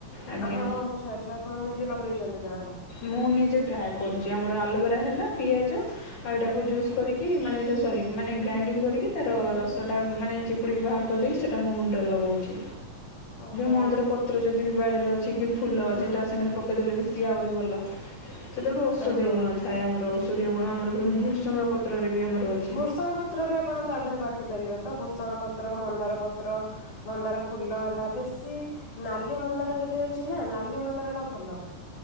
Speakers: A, on the left (about 90°); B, on the left (about 65°).
A: ଆଜ୍ଞା।
B: ଆପଣ ଆଚ୍ଛା ଆଚ୍ଛା ଆପଣ ନିଜେ ଲଗେଇଚନ୍ତି ତାହେଲେ।
A: ମୁଁ ନିଜେ ଟ୍ରାଏ କରୁଛି, ଆମର ଆଲୋଭେରା ହେଲା ପିଆଜ ଆଉ ଏଇଟାକୁ ଜୁସ୍
B: ଆଚ୍ଛା
A: କରିକି ମାନେ ସରି ମାନେ ଗ୍ରାଇଣ୍ଡିଙ୍ଗ କରିକି ତାର ରସଟା ମାନେ ଚିପୁଡ଼ିକି ବାହାର କରିଦେଇ ସେଟା ମୋ ମୁଣ୍ଡରେ ଲଗଉଛି।
B: ଓହୋ
A: ମନ୍ଦାର ପତ୍ର ଯଦି ବାଡିରେ ଅଛି କି ଫୁଲ
B: ହୁଁ
A: ଅଛି ତା ସାଙ୍ଗରେ ପ ପକେଇଦେଲେ ବି ସିଏ ଆହୁରି ଭଲ ସେତ ଗୋଟେ ଓଷଦିଅ
B: ଆଜ୍ଞା
A: ଗୁଣ ଥାଏ, ଆମର ଔଷଧୀୟ ଗୁଣ ଆମର ଭୃସୁଙ୍ଗ ପତ୍ରରେ ବି ଆମର ଅଛି
B: ଭୃସଙ୍ଗ ପତ୍ର ବି ଆପଣ ତା ଦେହରେ ବାଟି ପାରିବେ ତ ଭୃସାଙ୍ଗ ପତ୍ର, ମନ୍ଦାର ପତ୍ର। ମନ୍ଦାର ଫୁଲ ହେଲା ବେଶି ନାଲି ମନ୍ଦାର ଯଦି ଅଛି ନା ନାଲି ମନ୍ଦାର ଟା ଭଲ